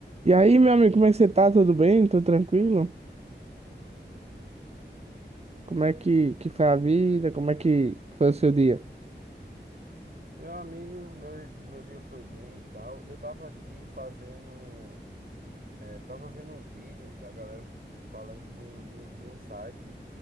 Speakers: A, on the right; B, on the right.
A: E aí, meu amigo, como é que você tá? Tudo bem? Tudo tranquilo? Como é que, que foi a vida? Como é que foi o seu dia?
B: Meu amigo, meu, meu dia foi bem e tal. Eu tava aqui fazendo. eh, tava vendo um vídeo da galera falando do, do- de um site